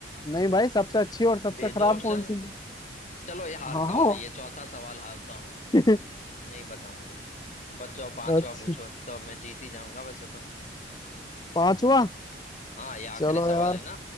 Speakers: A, on the left; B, on the left.
A: नहीं भाई सबसे अच्छी और सबसे
B: दे
A: खराब
B: दो ऑप्शन
A: कौन सी
B: चलो ये हारता
A: हाँ
B: हूं
A: हाँ
B: मैं ये चौथा सवाल हारता हूं मैं
A: <laughs>
B: नहीं पता मुझे बच्चों पांचवा
A: अच्छा
B: पूछो तो अब मैं जीत ही जाऊंगा वैसे तो
A: पांचवा
B: हाँ ये आखिरी
A: चलो
B: सवाल
A: यार
B: है ना